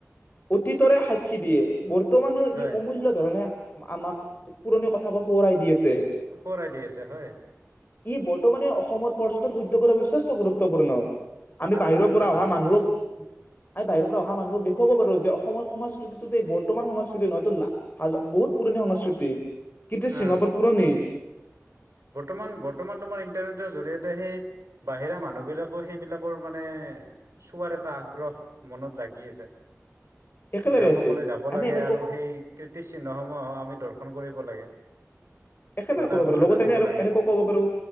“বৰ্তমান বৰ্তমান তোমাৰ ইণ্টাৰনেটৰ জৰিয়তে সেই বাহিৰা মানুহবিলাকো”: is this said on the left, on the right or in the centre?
Right